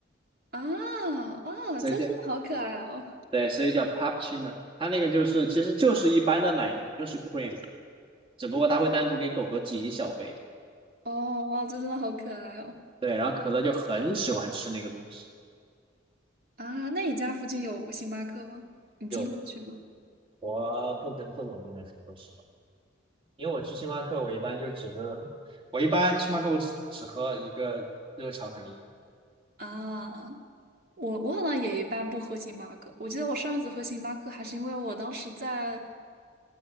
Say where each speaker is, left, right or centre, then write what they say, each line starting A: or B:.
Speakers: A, on the right (about 50°); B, on the right (about 25°).
A: 啊哦，
B: 再见。
A: 真是好可爱哦！
B: 对，所以叫 p u p c h i n o 它那个就是其实就是一般的奶油，就是 cream，只不过它会单独给狗狗挤一小杯。
A: 哦哇，这真的好可爱哦！
B: 对，然后可乐就很喜欢吃那个东西。
A: 啊，那你家附近有星巴克吗？你经常去吗？
B: 有的，我不能不能不能说实话，因为我去星巴克，我一般就只喝，我一般星巴克我只只喝一个热巧克力。
A: 啊，我我好像也一般不喝星巴克。我记得我上一次喝星巴克还是因为我当时在，